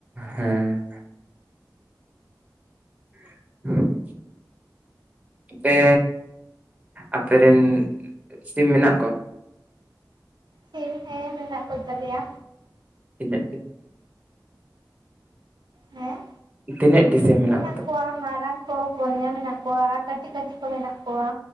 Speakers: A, on the right; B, on the right.
A: ᱦᱮᱸ <unintelligible> ᱟᱯᱮ ᱟᱯᱮ ᱨᱮᱱ ᱥᱤᱢ ᱢᱮᱱᱟᱜ ᱠᱚᱣᱟ?
B: ᱥᱤᱢ ᱦᱮᱸ <inaudible> ᱢᱮᱱᱟᱜ ᱠᱚ ᱛᱟᱞᱮᱭᱟ
A: ᱛᱤᱱᱟᱹᱜ
B: ᱦᱮᱸ
A: ᱛᱤᱱᱟᱹᱜ ᱴᱤ ᱥᱤᱢ ᱢᱮᱱᱟᱜᱼᱟ
B: ᱢᱮᱱᱟᱜ ᱠᱚᱣᱟ ᱢᱟᱨᱟᱝ ᱠᱚ ᱯᱳᱱᱭᱟ ᱢᱮᱱᱟᱜ ᱠᱚᱣᱟ ᱟᱨ ᱠᱟᱹᱴᱤᱡ ᱠᱟᱹᱴᱤᱡ ᱠᱚ ᱢᱮᱱᱟᱜ ᱠᱚᱣᱟ